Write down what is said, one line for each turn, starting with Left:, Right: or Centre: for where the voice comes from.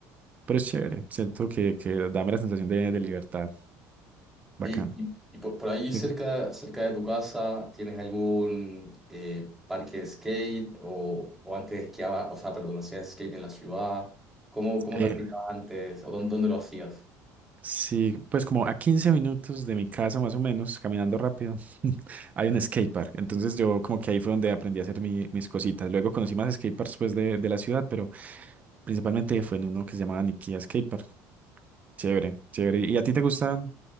Right: pero es chévere, siento que, que dame la sensación de, de libertad. Bacano.
Centre: Y, y- y por, por ahí cerca,
Right: Ok.
Centre: cerca de tu casa, ¿tienes algún eh, parque de skate o, o antes esquiaba, o sea, perdón, hacías skate en la ciudad? ¿Cómo, cómo
Right: Eh,
Centre: practicabas antes o dónde, dónde lo hacías?
Right: sí, pues como a 15 minutos de mi casa más o menos, caminando rápido, <laughs> hay un skatepark. Entonces yo como que ahí fue donde aprendí a hacer mi- mis cositas. Luego conocí más skateparks pues de, de la ciudad, pero principalmente fue en uno que se llamaba Nikia Skatepark. Chévere, chévere. ¿Y a ti te gustan